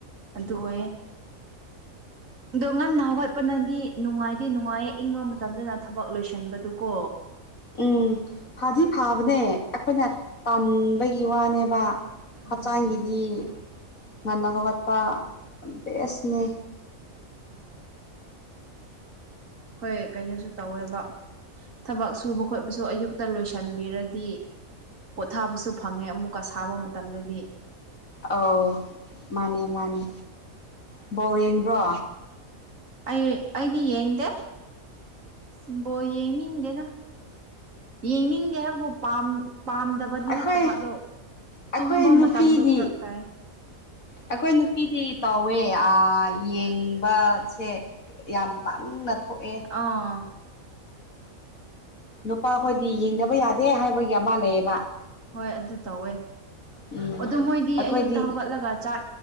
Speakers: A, on the right; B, on the left.
A: ꯑꯗꯨ ꯑꯣꯏꯌꯦ ꯑꯗꯣ ꯉꯟꯅ ꯍꯧꯒꯠꯄꯅꯗꯤ ꯅꯨꯡꯉꯥꯏꯇꯦ ꯅꯨꯡꯉꯥꯏꯌꯦ ꯏꯪꯕ ꯃꯇꯝꯗꯅ ꯊꯕꯛ ꯂꯣꯏꯁꯟꯕꯗꯨꯀꯣ
B: ꯎꯝ ꯐꯥꯗꯤ ꯐꯥꯕꯅꯦ ꯑꯩꯈꯣꯏꯅ ꯄꯥꯟꯕꯒꯤ ꯋꯥꯅꯦꯕ
A: ꯎꯝ
B: ꯍꯛꯆꯥꯡꯒꯤꯗꯤ ꯉꯥꯟꯅ ꯍꯧꯣꯒꯠꯄ ꯕꯦꯁꯅꯦ
A: ꯍꯣꯏ ꯀꯩꯅꯣꯁꯨ ꯇꯧꯋꯦꯕ ꯊꯕꯛ ꯁꯨꯕ ꯈꯣꯠꯄꯁꯨ ꯑꯌꯨꯛꯇ ꯂꯣꯏꯁꯤꯟꯕꯤꯔꯗꯤ ꯄꯣꯊꯥꯕꯁꯨ ꯐꯪꯉꯦ ꯑꯃꯨꯛꯀ ꯁꯥꯕ ꯃꯇꯝꯗꯗꯤ
B: ꯑꯥꯎ ꯃꯥꯅꯦ ꯃꯥꯅꯦ ꯕꯧꯋꯦꯟꯗ꯭ꯔꯣ
A: ꯑꯩ ꯑꯩꯗꯤ ꯌꯦꯡꯗꯦ ꯁꯤꯕꯣ ꯌꯦꯡꯅꯤꯡꯗꯦꯅ ꯌꯦꯡꯅꯤꯡꯗꯦ ꯍꯥꯏꯕꯨ ꯄꯥꯝ ꯄꯥꯝꯗꯕꯗꯤ
B: ꯑꯩꯈꯣꯏ
A: ꯅꯠꯇꯕ ꯑꯗꯣ
B: ꯑꯩꯈꯣꯏ
A: ꯇꯨꯝꯕ
B: ꯅꯨꯄꯤꯗꯤ
A: ꯃꯇꯝꯗꯣ ꯐꯔꯛ ꯇꯥꯏ
B: ꯑꯩꯈꯣꯏ ꯅꯨꯄꯤꯗꯤ ꯇꯧꯋꯦ ꯌꯦꯡꯕꯁꯦ ꯌꯥꯝ ꯄꯪꯅ ꯊꯣꯛꯣꯛꯑꯦ
A: ꯑꯥ
B: ꯅꯨꯄꯥꯈꯣꯏꯗꯤ ꯌꯦꯡꯗꯕ ꯌꯥꯗꯦ ꯍꯥꯏꯕꯒꯤ ꯑꯃ ꯂꯩꯌꯦꯕ
A: ꯍꯣꯏ ꯑꯗꯨ ꯇꯧꯋꯦ
B: ꯎꯝ
A: ꯑꯗꯨ ꯃꯣꯏꯗꯤ
B: ꯑꯩꯈꯣꯏꯗꯤ
A: ꯑꯌꯨꯛꯇ ꯍꯧꯒꯠꯂꯒ ꯆꯥꯛ